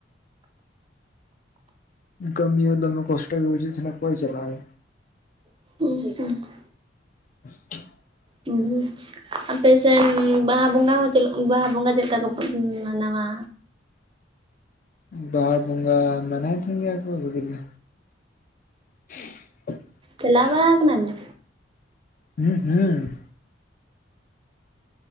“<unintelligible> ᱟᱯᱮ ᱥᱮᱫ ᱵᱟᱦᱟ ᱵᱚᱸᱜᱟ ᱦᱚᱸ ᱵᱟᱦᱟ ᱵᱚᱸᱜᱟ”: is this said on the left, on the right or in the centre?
Right